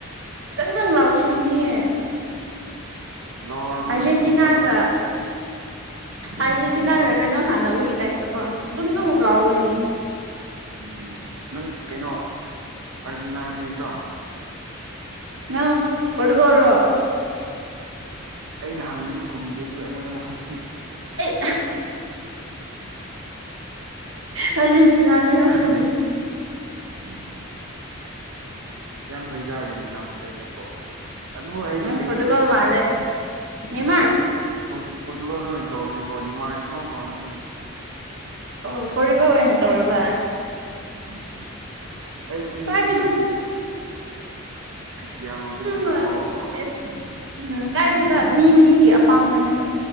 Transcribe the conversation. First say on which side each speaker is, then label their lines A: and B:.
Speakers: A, on the right; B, on the right.
A: ꯈꯤꯇꯪ ꯅꯪ ꯂꯥꯎꯈꯤꯅꯦ
B: ꯂꯥꯎꯔꯕꯅꯤꯅꯦ
A: ꯑꯔꯖꯦꯟꯇꯤꯅꯥꯒ
B: ꯑꯃꯨꯛ ꯐꯥꯖꯤꯜꯂ
A: ꯑꯔꯖ ꯆ ꯅꯅꯥꯒ ꯀ ꯅꯣ ꯁꯥꯟꯅꯕꯨꯒꯤ ꯇꯥꯏ ꯇ ꯀ ꯊ ꯂꯥꯎꯑꯣꯅꯤ
B: ꯎꯝ ꯅꯪ ꯀꯩꯅꯣ ꯑꯥꯔꯖꯤꯦꯟꯇꯥꯏ ꯐ꯭ꯔꯦꯟꯁ꯭ꯔꯣ
A: ꯅꯪ ꯄꯔꯣꯇꯨꯒꯜꯂꯣ
B: ꯑꯩꯅ ꯍꯪꯕꯁꯨ ꯈꯨꯝꯗꯦ ꯑꯗꯨ ꯑꯩꯉꯣꯟꯗ ꯑꯃꯨꯛ ꯍꯪꯈꯤ
A: ꯍꯣꯏ ꯑꯔꯖꯦꯟꯇꯤꯅꯥꯅꯦ ꯍꯣꯏ
B: ꯑꯣꯝ ꯌꯥꯝ ꯐꯩꯗ ꯑꯥꯔꯟꯅꯥ ꯐꯖꯩꯗꯕꯣ ꯑꯗꯨꯕꯨ ꯑꯩꯗꯤ
A: ꯅꯪ
B: ꯀꯩꯅꯣꯅꯤ
A: ꯄꯣꯔꯇꯨꯒꯜ ꯃꯥꯜꯂꯦ ꯅꯦꯃꯥꯔ
B: ꯑꯩ ꯄꯣꯔꯇꯨꯒꯜꯗ ꯑꯣꯏꯅ ꯇꯧꯔꯒꯦꯀꯣꯅꯦ ꯃꯥꯗꯤ ꯁꯨꯛ ꯌꯥꯝ ꯄꯥꯝꯗ꯭ꯔꯦ
A: ꯑꯣ ꯄꯣꯒ ꯑꯣꯏꯅ ꯇꯧꯔꯕ
B: ꯎꯝꯝ ꯑꯩ ꯄꯤꯏꯉꯩꯗꯤ
A: ꯀꯥꯏꯗꯩꯅꯣ
B: ꯑꯗꯨꯝ ꯈ꯭ꯔꯤꯁꯇꯤꯌꯥꯅꯣꯁꯦ ꯑꯗꯨꯝ ꯈꯔ
A: ꯅꯠ
B: ꯉꯥꯎꯔꯛꯄ
A: ꯎꯝ ꯀꯥꯏꯗꯗ ꯃꯤ ꯃꯤꯒꯤ ꯑꯄꯥꯝꯕꯅꯦꯕ